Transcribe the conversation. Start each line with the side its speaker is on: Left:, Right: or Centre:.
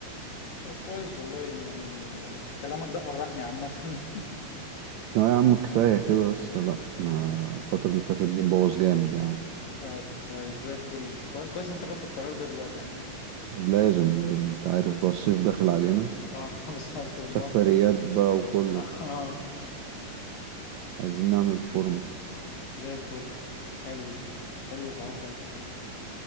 Left: طب كويس والله يعني آه، كلامك ده فرحني عامة <laughs>
Right: لا يا عم كفايه كده بس لا انا الفتره اللي فاتت دي مبوظ جامد يعني
Left: طب كويس زي الفل كوي- كويس انت خدت القرار ده دلوقتي عامة
Right: لازم لازم انت عارف بقى الصيف داخل علينا
Left: اه <laughs> بالظبط والمصيف
Right: سفريات بقى وكله
Left: اه
Right: عايزين نعمل فورمه
Left: زي الفل حلو ال- حلو الحوار ده يابا.